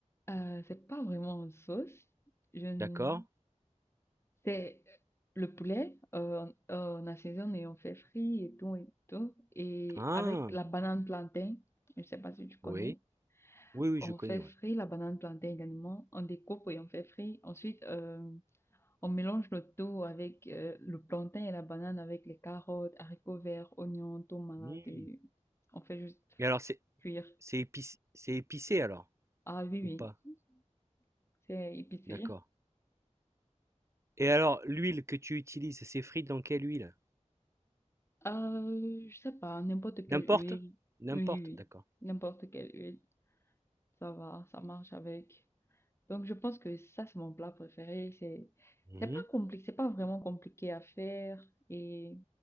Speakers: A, on the left; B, on the right.
A: Euh, c'est pas vraiment une sauce. Je ne-
B: D'accord.
A: C'est le poulet, euh, on on assaisonne et on fait frit et tout et tout. Et
B: Ah.
A: avec la banane plantain, je sais pas si tu connais,
B: Oui. Oui, oui,
A: on
B: je connais,
A: fait
B: ouais.
A: frit la banane plantain également. On découpe et on fait frit. Ensuite, euh, on mélange le tout avec euh, le plantain et la banane avec les carottes, haricots verts, oignons, tomates
B: Mm.
A: et on fait juste
B: Et alors, c'est,
A: cuire.
B: c'est épic- c'est épicé alors,
A: Ah oui,
B: ou pas?
A: oui, c'est épicé.
B: D'accord. Et alors, l'huile que tu utilises, c'est frit dans quelle huile?
A: Euh, je sais pas, n'importe quelle
B: N'importe?
A: huile.
B: N'importe,
A: Oui, oui,
B: d'accord.
A: n'importe quelle huile. Ça va, ça marche avec. Donc je pense que ça, c'est mon plat préféré. C'est,
B: Mmh
A: c'est pas compliqué, c'est pas vraiment compliqué à faire et